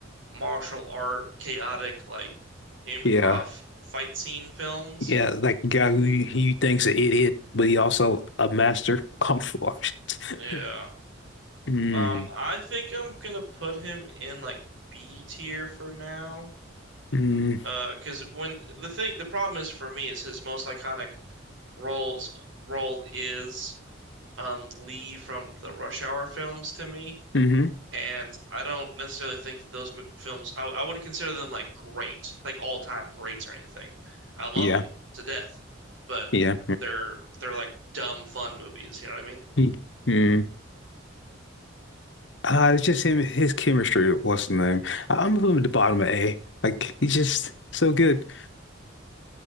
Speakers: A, on the right; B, on the left.
A: martial art chaotic like improv
B: yeah,
A: fight scene films.
B: yeah. Like the guy who you, who you think's an idiot, but he also a master <laughs> kung fu artist. <laughs>
A: Yeah.
B: Mm,
A: Um, I think I'm gonna put him in like B tier for now.
B: mm,
A: Uh, 'cause when the thing, the problem is for me is his most iconic roles role is um Lee from the Rush Hour films to me,
B: mm-hmm.
A: and I don't necessarily think that those mo- films I I wouldn't consider them like great, like all-time greats or anything. I love
B: Yeah,
A: them to death, but
B: yeah,
A: they're they're like dumb fun movies, you know what I mean?
B: Yeah. mm, Uh, it's just him, his chemistry. What's the name? I- I'm from the bottom of A. Like he's just so good,